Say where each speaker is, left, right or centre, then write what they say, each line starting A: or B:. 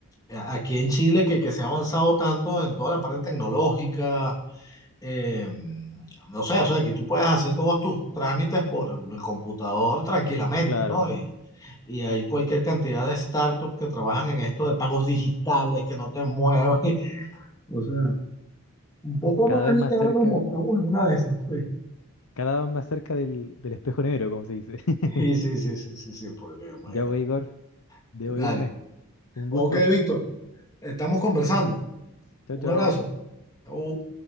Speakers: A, on the left (about 15°); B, on the left (about 75°).
A: a- aquí en Chile que, que se ha avanzado tanto en toda la parte tecnológica, eh, no sé, o sea, aquí tú puedes hacer todos tus trámites por el computador tranquilamente,
B: Claro.
A: ¿no? Y, y hay cualquier cantidad de startups que trabajan en esto de pagos digitales, que no te mueven. <laughs> O sea, un poco
B: Cada
A: más
B: vez
A: y
B: más
A: ya nos
B: cerca,
A: montamos en una de esas, pues.
B: cada vez más cerca del, del espejo negro, como se dice. <laughs>
A: Sí, sí, sí, sí, sí, sí, porque imagínate.
B: Ya voy, Igor. Debo
A: Dale.
B: irme. Un
A: Ok,
B: gusto.
A: Víctor, estamos conversando.
B: Chao,
A: Un
B: chao.
A: abrazo. Chau.